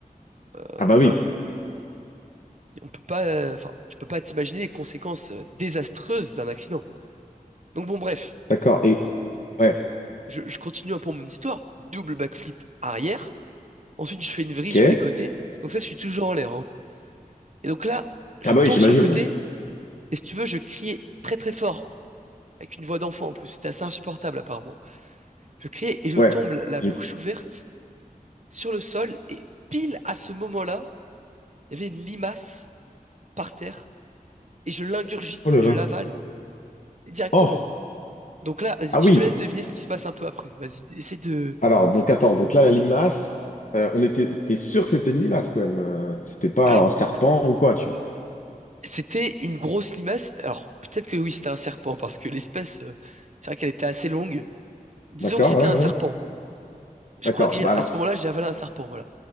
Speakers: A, on the right (about 50°); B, on the left (about 60°).
A: Euh,
B: Ah bah oui.
A: voilà, on peut pas, euh, enfin, tu peux pas t'imaginer les conséquences euh, désastreuses d'un accident. Donc bon, bref,
B: D'accord. Et ouais.
A: je, je continue un peu mon histoire. Double backflip arrière. Ensuite, je fais une vrille
B: Ok.
A: sur les côtés. Donc ça, je suis toujours en l'air. hein. Et donc là, je
B: Ah
A: tombe
B: bah oui, j'imagine.
A: sur le côté.
B: Ouais.
A: Et si tu veux, je criais très très fort avec une voix d'enfant en plus. C'était assez insupportable apparemment. Je criais et je
B: Ouais.
A: tombe la
B: J'ai-
A: bouche ouverte sur le sol et pile à ce moment-là, il y avait une limace par terre et je l'ingurgite,
B: Oh là
A: je
B: là.
A: l'avale directement.
B: Oh.
A: Donc là, vas-y,
B: Ah
A: je
B: oui.
A: te laisse deviner ce qui se passe un peu après. Vas-y, essaie de.
B: Alors donc attends. Donc là la limace. euh, on était. T'es sûr que c'était une limace quand même. euh, c'était pas
A: Alors,
B: un serpent ou quoi, tu vois.
A: c'était une grosse limace. Alors, peut-être que oui, c'était un serpent parce que l'espèce, euh, c'est vrai qu'elle était assez longue. Disons
B: D'accord.
A: que c'était
B: Ouais.
A: un
B: Ouais.
A: serpent. Je
B: D'accord.
A: crois que j'ai,
B: Bah
A: à
B: alors.
A: ce moment-là, j'ai avalé un serpent. Voilà.